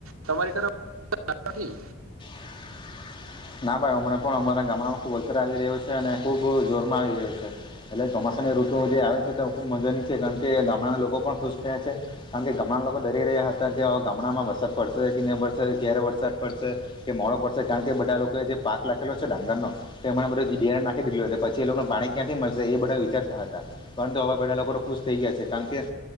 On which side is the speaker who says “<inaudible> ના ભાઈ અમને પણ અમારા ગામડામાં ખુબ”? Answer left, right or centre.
Left